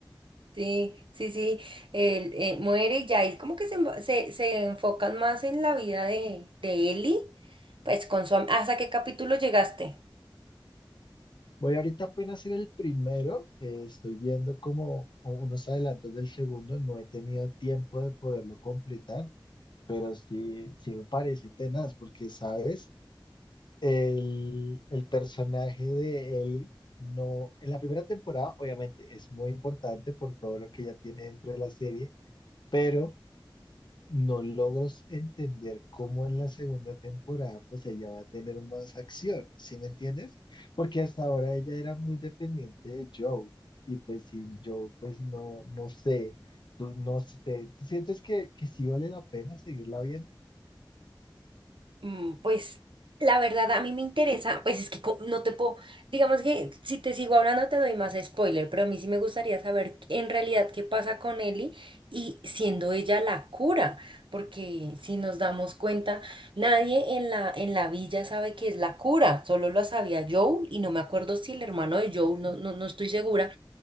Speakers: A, on the right (about 75°); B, on the left (about 60°).
A: Sí, sí, sí, él eh, muere y ya ahí como que se, env- se, se enfocan más en la vida de, de Ellie, pues con su, am- ¿hasta qué capítulo llegaste?
B: Voy ahorita apenas a hacer el primero, eh, estoy viendo como unos adelantos del segundo, no he tenido tiempo de poderlo completar, pero sí, sí me parece tenaz, porque sabes, El, el personaje de Ellie no, en la primera temporada obviamente es muy importante por todo lo que ella tiene dentro de la serie, pero no logro entender cómo en la segunda temporada pues ella va a tener más acción, ¿sí me entiendes? Porque hasta ahora ella era muy dependiente de Joe y pues sin Joe pues no, no sé, tú, no sé, ¿tú sientes que, que sí vale la pena seguirla viendo?
A: Mm, Pues la verdad a mí me interesa, pues es que co- no te puedo, digamos que si te sigo hablando te doy más spoiler, pero a mí sí me gustaría saber en realidad qué pasa con Ellie y siendo ella la cura, porque si nos damos cuenta, nadie en la, en la villa sabe que es la cura, solo lo sabía Joel y no me acuerdo si el hermano de Joel, no, no, no estoy segura,